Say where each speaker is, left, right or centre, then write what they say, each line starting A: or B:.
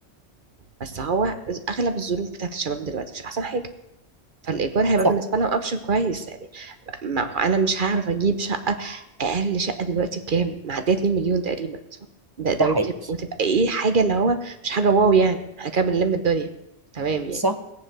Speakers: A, on the right; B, on the right.
A: بس هو اغلب الظروف بتاعت الشباب دلوقتي مش احسن حاجه فالايجار هيبقى
B: صح
A: بالنسبه لهم اوبشن كويس يعني ما هو انا مش هعرف اجيب شقه اقل شقه دلوقتي بكام معديه 2 مليون تقريبا صح؟ ده ده
B: ده حقيقي
A: وتب- وتبقى ايه حاجه اللي هو مش حاجه واو يعني احنا كده بنلم الدنيا تمام يعني
B: صح